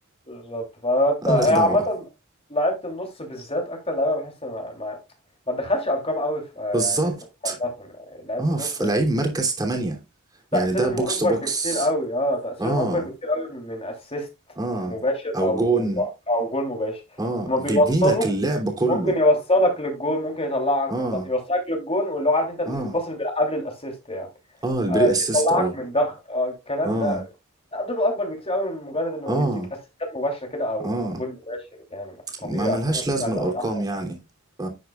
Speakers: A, on the left; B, on the right.
A: بالظبط فانت
B: ملناش
A: هي عامة
B: دعوة
A: لعبت النص بالذات اكتر لعيبة بحس ما ما ما تدخلش ارقام قوي في يعني
B: بالظبط
A: في مقارناتهم يعني لعبت
B: اه
A: النص
B: في لعيب مركز تمانية
A: تأثيرهم
B: يعني ده بوكس
A: أكبر
B: تو بوكس
A: بكتير قوي اه تأثيرهم
B: اه
A: أكبر بكتير قوي من من أسيست
B: اه
A: مباشر
B: أو
A: أو
B: جون
A: أو جول مباشر
B: اه
A: هما بيوصلوا
B: بيبني لك اللعب كله
A: ممكن يوصلك للجول ممكن يطلعك
B: اه
A: من ضغط يوصلك للجول واللي هو عارف انت الباص
B: اه
A: اللي بيبقى قبل الأسيست يعني
B: اه البري
A: آه
B: اسيست
A: يطلعك
B: اه
A: من ضغط آه الكلام
B: اه
A: ده تقدره أكبر بكتير قوي من مجرد إنه
B: اه
A: يديك أسيستات مباشرة كده أو
B: اه
A: جول مباشر يعني طبيعي
B: ما ملهاش
A: أرقامهم
B: لازمة
A: ممكن هتبقى
B: الأرقام
A: أحسن
B: يعني
A: يعني
B: ف-